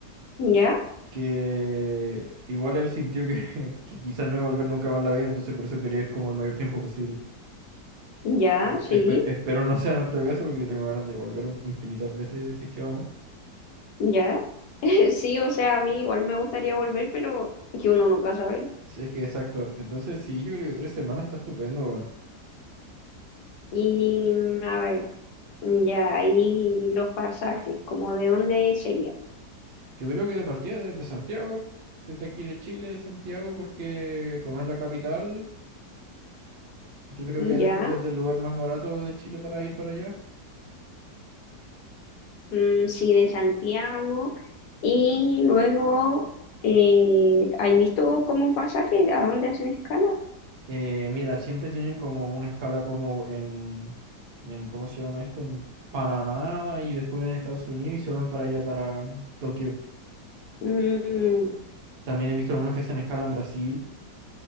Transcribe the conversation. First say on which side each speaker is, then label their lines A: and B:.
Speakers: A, on the left; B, on the right.
A: ¿Ya?
B: que igual él sintió que, <laughs> que quizás no iba a volver nunca más en la vida, entonces por eso quería ir como el mayor tiempo posible.
A: ¿Ya?
B: Yo
A: Sí,
B: espe- espero no sea nuestro caso porque yo tengo ganas de volver infinitas veces si es que vamos.
A: ya. <laughs> Sí, o sea, a mí igual me gustaría volver, pero es que uno nunca sabe.
B: Sí, Es que exacto. Entonces, sí, yo creo que tres semanas está estupendo, weón.
A: Y mm, a ver, ya ahí los pasajes, como de dónde sería.
B: Yo creo que de partida desde Santiago, desde aquí de Chile, de Santiago, porque como es la capital, yo creo que debe
A: ¿Ya?
B: ser desde el lugar más barato de Chile para ir para allá.
A: Mm, sí, de Santiago. Y luego, eh, ¿has visto como pasajes a dónde hacen escala?
B: Eh, mira, siempre tienen como una escala como en, en, ¿cómo se llama esto? En Panamá y después en Estados Unidos y se van para allá, para Tokio.
A: Mm,
B: También he visto algunos que hacen escala en Brasil